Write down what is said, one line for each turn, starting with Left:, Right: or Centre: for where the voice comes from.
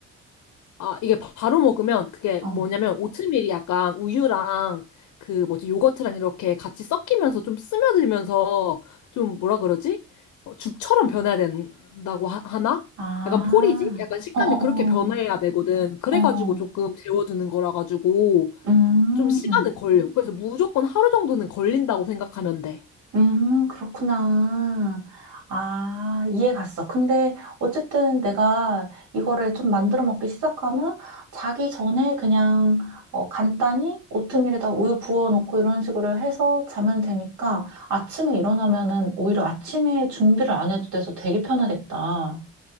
Left: 아, 이게 바로 먹으면 그게
Right: 어.
Left: 뭐냐면 오트밀이 약간 우유랑 그 뭐지 요거트랑 이렇게 같이 섞이면서 좀 스며들면서 좀 뭐라 그러지? 어, 죽처럼 변해야 된다고 하, 나
Right: 아,
Left: 약간 포리지? 약간 식감이
Right: 어 어어.
Left: 그렇게 변해야 되거든. 그래가지고
Right: 어, 어, 어,
Left: 조금
Right: 어,
Left: 재워두는 거라 가지고
Right: 음.
Left: 좀 시간은 걸려. 그래서 무조건 하루 정도는 걸린다고 생각하면 돼.
Right: 음, 그렇구나. 아, 이해 갔어. 근데 어쨌든 내가 이거를 좀 만들어 먹기 시작하면 자기 전에 그냥 어, 간단히 오트밀에다 우유 부어놓고 이런 식으로 해서 자면 되니까 아침에 일어나면은 오히려 아침에 준비를 안 해도 돼서 되게 편하겠다.